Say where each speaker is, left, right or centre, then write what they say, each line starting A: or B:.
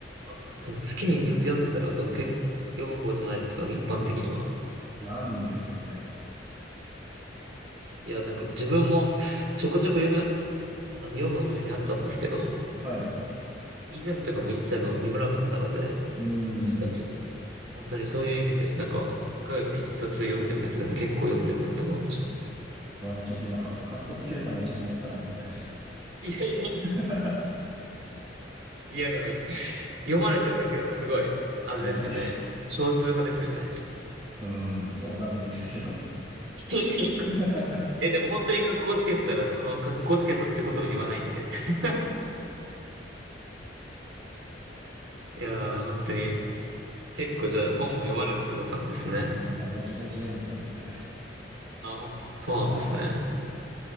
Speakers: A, on the right; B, on the right.
A: あ、でも月に一冊読んでたら、でも結構読む方じゃないですか、一般的には。
B: なんですかね。
A: いや、なんか自分もちょこちょこ読む、あの、読むようになったんですけど、
B: はい。
A: 以前とかも一切の読まなかったので、
B: うーん。
A: 一冊も。本当にそういう意味で、なんか、一ヶ月一冊読んでるだけでも結構読んでるなと思いましたね。
B: すいません。ちょっと今か、かっこつけるためにちょっと持ったかもしれないです。
A: いやいや、
B: <laughs>
A: いやでも、読まれてるだけでもすごい、あれですよね。
B: いやいやいや。
A: 少数派ですよね。
B: うん、そうだといいんですけど。
A: <laughs>
B: <laughs>
A: え、でも本当に格好つけてたら、その格好つけたってことも言わないんで。<laughs> いやー、本当に。結構じゃあ本も読まれるってことなんですね。
B: まあまあ、ぼちぼち読むってことで。
A: あ、本当、そうなんですね。
B: はい。